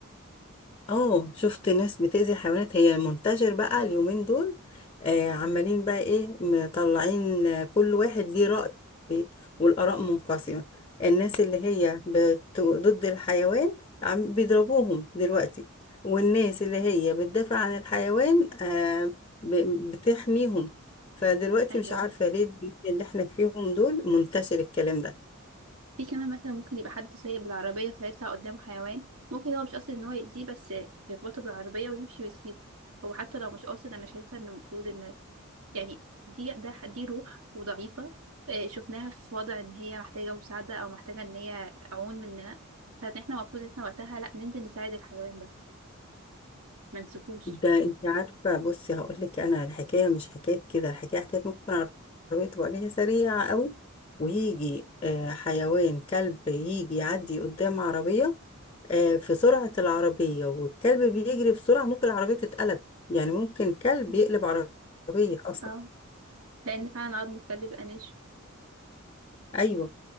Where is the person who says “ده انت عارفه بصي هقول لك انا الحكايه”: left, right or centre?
Left